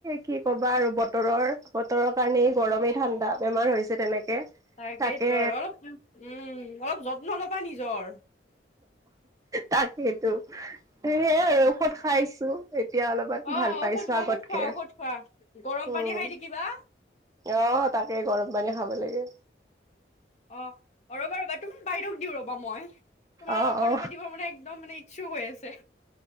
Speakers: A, on the right; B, on the left.
A: কি কবা আৰু। বতৰৰ বতৰৰ কাৰণে গৰমেই ঠাণ্ডা বেমাৰ হৈছে তেনেকে।
B: তাকেইতো
A: তাকে
B: আৰু অলপ উম অলপ যত্ন লবা নিজৰ।
A: তাকেইেতো সেইাই আৰু ঔষধ খাইছো। এতিয়া অলপমান
B: অ
A: ভাল
B: ঔষধ
A: পাইছো
B: ঔষধ
A: আগতকে
B: খোৱা ঔষধ খোৱা গৰম
A: উম।
B: পানী খাই থাকিবা
A: আহ তাকে গৰম পানী খাব লাগে।
B: অ ৰ'বা ৰ'বা তুমাৰ বাইদেক দিও ৰবা মই তোমাৰ
A: অ
B: লগত কথা
A: অ
B: পাতিব মানে একদম মানে। শু হৈ আছে